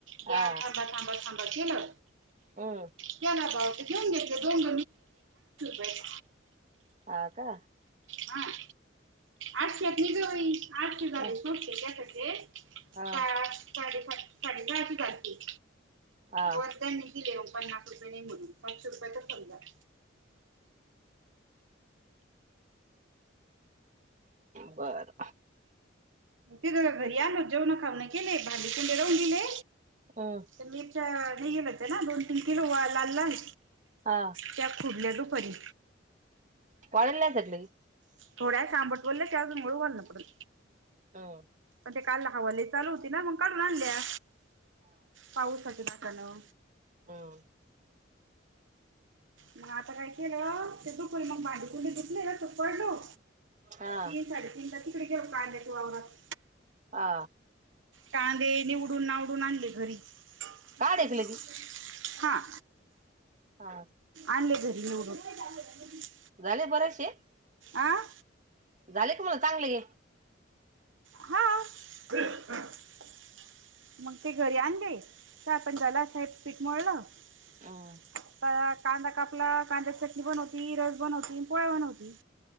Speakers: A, on the right; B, on the right.
A: ग्या
B: हा
A: थांबा-थांबा-थांबा आक ये ना
B: हम्म
A: क्या ना बाव <unintelligible> चूप बस्स
B: आं का?
A: हां, आठशेतली जुळी <unintelligible> आठशे झाले
B: ह
A: सुट्टे द्या तरी. ए
B: ह
A: काय आठ- साडे पाच साडे सहाशी झालती
B: हा
A: वर द्या नी दिले ओ पन्नास रुपये नई म्हणून. पश्शे रुप तेचं पंधरा
B: बरं
A: ते ग घरी आलो, जेवून खाऊनं केले, भांडी कोंडे लावून दिेले.
B: हम्
A: तर मीच्या निघेल होते ना दोन? तीन किलो वा लाल लाल.
B: हा
A: त्या खुडल्या दुपारी.
B: काय लगदलई.
A: थोड्या सांबट वोल्लं त्याच मूळ ओल्लं पडल.
B: हो
A: णजे काल हवा लई चालू होती ना म्हणू काढून आणल्या. पाऊ पतोय दाट अलो
B: अम्म
A: मग आता काय केलं, ते दुकलं मग भांडी कुंडी धुतले का तो. पळलो,
B: हा
A: तीन साडे तीन ला <unintelligible> कांद्याच्या वावरात
B: आ
A: कांदे निवडून नावडून आणले घरी. <unintelligible>
B: काढ एक लगी
A: हां
B: हा
A: आणले घ निवडून <unintelligible>
B: झाले बरेशे?
A: अं
B: झाले का मग चांगले
A: हा <unintelligible> मग ते घरी आणले चहापाणी झाला स्वयंपाक पीठ मळ <unintelligible>
B: हम्म
A: कांदा कापला कांद्याची चटणी बनवती रस बनवती पोळ्या बनवती